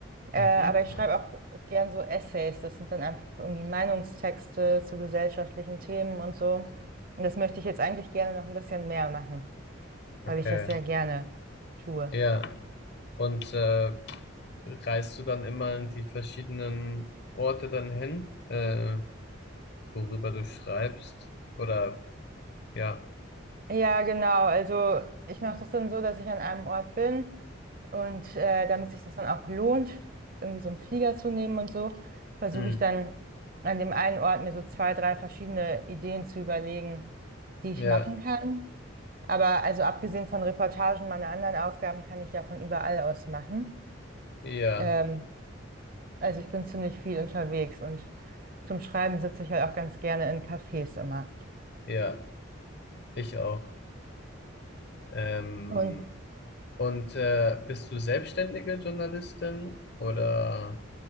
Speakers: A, on the right; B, on the left.
A: Äh,
B: Mhm.
A: aber ich schreibe auch gern so Essays. Das sind dann einfach irgendwie Meinungstexte zu gesellschaftlichen Themen und so. Und das möchte ich jetzt eigentlich gerne noch ein bisschen mehr machen, weil
B: Okay,
A: ich das ja gerne tue.
B: ja. Und äh, reist du dann immer in die verschiedenen Orte dann hin, äh, worüber du schreibst? Oder ja,
A: Ja, genau. Also ich mache das dann so, dass ich an einem Ort bin und äh, damit sich das dann auch lohnt, irgendwie so einen Flieger zu nehmen und so, versuche
B: hm.
A: ich dann an dem einen Ort mir so zwei, drei verschiedene Ideen zu überlegen, die ich
B: Ja,
A: machen kann. Aber also abgesehen von Reportagen, meine anderen Aufgaben kann ich ja von überall aus machen.
B: ja,
A: Ähm, also ich bin ziemlich viel unterwegs und zum Schreiben sitze ich halt auch ganz gerne in Cafés immer.
B: ja, ich auch. Ähm,
A: Und
B: und äh, bist du selbstständige Journalistin oder